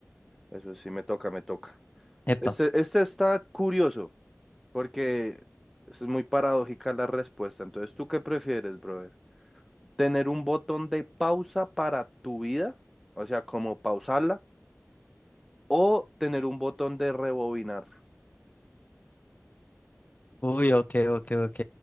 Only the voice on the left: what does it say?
Epa.
Uy, ok, ok, ok.